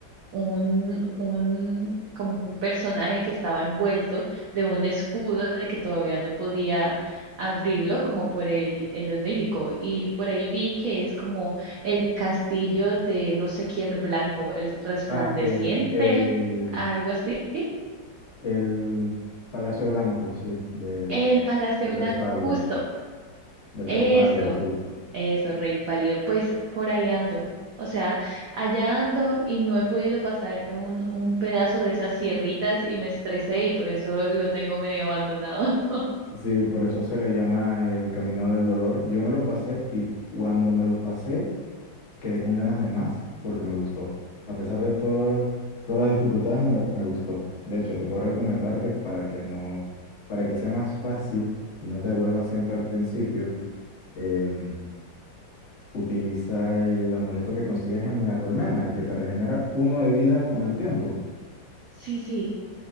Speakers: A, on the right (about 80°); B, on the left (about 45°).
A: un, un, como un personaje que estaba envuelto de un escudo de que todavía no podía abrirlo, como por el, el onírico. Y por ahí vi que es como el castillo de no sé quién blanco, el resplandeciente,
B: Ah, el, el,
A: algo así.
B: el Palacio Blanco, sí, del,
A: El Palacio
B: del
A: Blanco,
B: Rey Pálido,
A: justo.
B: del
A: Eso,
B: Rey Pálido, sí.
A: eso, rey pálido. Pues por ahí ando. O sea, allá ando y no he podido pasar un, un pedazo de esas sierritas y me estresé y por eso lo tengo medio abandonado. <laughs>
B: Sí, por eso se le llama el Camino del Dolor. Yo me lo pasé y cuando me lo pasé quedé con ganas de más porque me gustó. A pesar de todo, todas las dificultades, me, me gustó. De hecho, te puedo recomendar que para que no, para que sea más fácil y no te devuelvas siempre al principio, em, utiliza el amuleto que consigues en la colmena, el que te regenera uno de vida con el tiempo.
A: Sí, sí,